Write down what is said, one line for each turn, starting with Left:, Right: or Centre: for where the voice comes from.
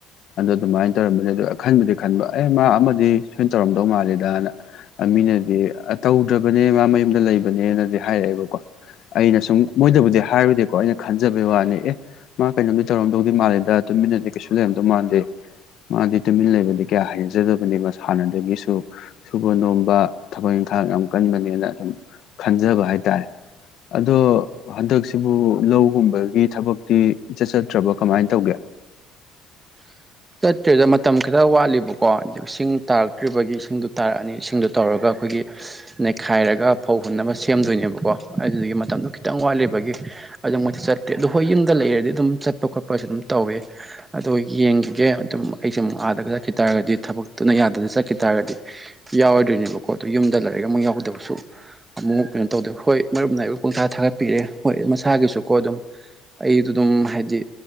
Left: ꯑꯗꯨꯗ ꯑꯗꯨꯃꯥꯏꯅ ꯇꯧꯔꯝꯕꯅꯤ ꯑꯗꯨ ꯈꯟꯕꯗꯤ ꯈꯟꯕ ꯑꯦ ꯃꯥ ꯑꯃꯗꯤ ꯁꯣꯏꯅ ꯇꯧꯔꯝꯗꯧ ꯃꯥꯂꯦꯗꯅ ꯃꯤꯅꯗꯤ ꯇꯧꯗ꯭ꯔꯕꯅꯦ ꯃꯥ ꯃꯌꯨꯝꯗ ꯂꯩꯕꯅꯦꯅꯗꯤ ꯍꯥꯏꯔꯛꯑꯦꯕꯀꯣ ꯑꯩꯅ ꯁꯨꯝ ꯃꯣꯏꯗꯕꯨꯗꯤ ꯍꯥꯏꯔꯨꯗꯦꯀꯣ ꯑꯩꯅ ꯈꯟꯖꯕꯩ ꯋꯥꯅꯤ ꯑꯦ ꯃꯥ ꯀꯩꯅꯣꯝꯗꯤ ꯇꯧꯔꯝꯗꯧꯗꯤ ꯃꯥꯜꯂꯦꯗ ꯇꯨꯃꯤꯟꯅꯗꯤ ꯀꯩꯁꯨ ꯂꯩꯔꯝꯗꯧ ꯃꯥꯥꯟꯗꯦ ꯃꯥꯗꯤ ꯇꯨꯃꯤꯟ ꯂꯩꯕꯗꯤ ꯀꯌꯥ ꯍꯅꯖꯗꯕꯅꯤ ꯃꯥ ꯁꯥꯟꯅꯗꯒꯤꯁꯨ ꯁꯨꯕ ꯅꯣꯝꯕ ꯊꯕꯛ ꯈꯊꯥꯡ ꯌꯥꯝ ꯀꯟꯕꯅꯦꯅ ꯑꯗꯨꯨꯝ ꯈꯟꯖꯕ ꯍꯥꯏꯇꯥꯔꯦ ꯑꯗꯣ ꯍꯟꯗꯛꯁꯤꯕꯨ ꯂꯧꯒꯨꯝꯕꯒꯤ ꯊꯕꯛꯇꯤꯆꯠ ꯆꯠꯇ꯭ꯔꯕ ꯀꯃꯥꯏꯅ ꯇꯧꯒꯦ
Right: <unintelligible> ꯆꯠꯇ꯭ꯔꯦꯗ ꯃꯇꯝ ꯈꯤꯇ ꯋꯥꯠꯂꯤꯕꯀꯣ ꯑꯗꯨ ꯏꯁꯤꯡ ꯇꯥꯔꯛꯇ꯭ꯔꯤꯕꯒꯤ ꯏ ꯁꯤꯡꯗꯣ ꯇꯥꯔꯛꯑꯅꯤ ꯏꯁꯤꯡꯗꯨꯣ ꯇꯧꯔꯒ ꯑꯩꯈꯣꯏꯒꯤ ꯅꯩꯈꯥꯏꯔꯒ ꯐꯧ ꯍꯨꯟꯅꯕ ꯁꯦꯝꯗꯣꯏꯅꯦꯕꯀꯣ ꯑꯗꯨꯗꯒꯤ ꯃꯇꯝꯗꯨꯣ ꯈꯤꯇꯪ ꯋꯥꯠꯂꯤꯕꯒꯤ ꯑꯗꯨ ꯃꯣꯏꯗꯤ ꯆꯠꯇꯦ ꯑ ꯍꯣꯏ ꯌꯨꯝꯗ ꯂꯩꯔꯗꯤ ꯑꯗꯨꯝ ꯆꯠꯄ ꯈꯣꯠꯄꯁꯨ ꯑꯗꯨꯝ ꯇꯧꯋꯦ ꯑꯗꯣ ꯌꯦꯡꯒꯤ ꯑꯗꯨꯝ ꯑꯩꯁꯦ ꯑꯃꯨꯛ ꯑꯥꯗꯒ ꯆꯠꯈꯤ ꯇꯥꯔꯒꯗꯤ ꯊꯕꯛꯇꯨꯅ ꯌꯥꯗꯅ ꯆꯠꯈꯤ ꯇꯥꯔꯒꯗꯤ ꯌꯥꯎꯔꯣꯏꯗꯣꯏꯅꯦꯕꯀꯣ ꯗꯨ ꯌꯨꯝꯗ ꯂꯩꯔꯒ ꯑꯃꯨ ꯌꯥꯎꯗꯕꯁꯨ ꯑꯃꯨꯛ ꯀꯩꯅꯣ ꯇꯧꯗ ꯍꯣꯏ ꯃꯔꯨꯞ ꯅ ꯑꯩꯕꯨ ꯄꯨꯡꯊꯥ ꯊꯥꯒꯠꯄꯤꯔꯦ ꯍꯣꯏ ꯃꯁꯥꯒꯤꯁꯨꯀꯣ ꯑꯗꯨꯝ ꯑꯩꯗꯨ ꯗꯨꯝ ꯍꯥꯏꯗꯤ